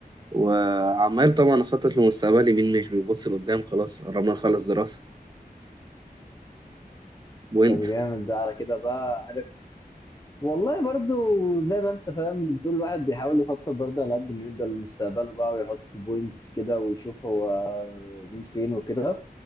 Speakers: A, on the right; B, on the left.
A: وعمال طبعا اخطط لمستقبلي مين مش بيبص لقدام خلاص قربنا نخلص دراسة وانت
B: طب جامد ده على كده بقى عارف والله برضو زي ما أنت فاهم بتقول الواحد بيحاول يخطط برضو على قد ما يقدر لمستقبله بقى ويحط بوينتس كده ويشوف هو مين فين وكده